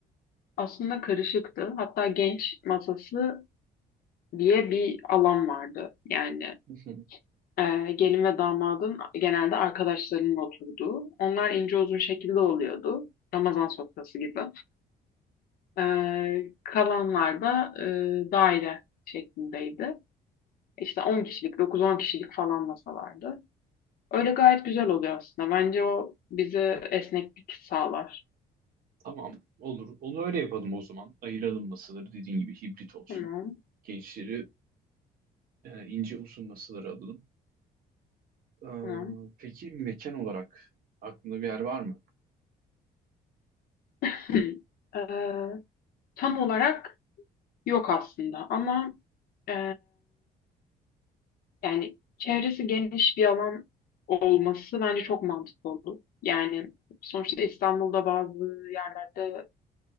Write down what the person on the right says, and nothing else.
mı? Hı hı.
Tamam olur. Onu öyle yapalım o zaman. Ayıralım masaları dediğin gibi hibrit olsun.
Gençleri e, ince uzun masaları alalım. Ee,
peki mekan olarak aklında bir yer var mı?